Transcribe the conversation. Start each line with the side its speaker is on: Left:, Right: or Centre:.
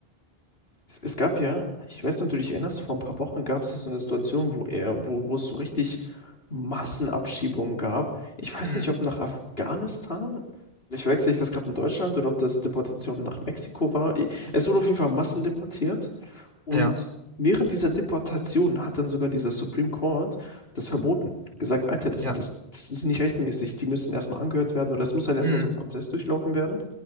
Left: Es, es gab ja, ich weiß nicht, ob du dich erinnerst, vor ein paar Wochen gab es ja so eine Situation, wo er, wo, wo es so richtig Massenabschiebungen gab. Ich weiß
Right: mhm.
Left: nicht, ob nach Afghanistan, vielleicht wechsle ich das gerade in Deutschland oder ob das Deportation nach Mexiko war. I- Es wurde auf jeden Fall massendeportiert und
Right: Ja,
Left: während dieser Deportation hat dann sogar dieser Supreme Court das verboten. Gesagt, Alter, das,
Right: ja,
Left: das, das ist nicht rechtmäßig. Die müssen erstmal angehört werden oder es muss halt erstmal
Right: mhm.
Left: so ein Prozess durchlaufen werden.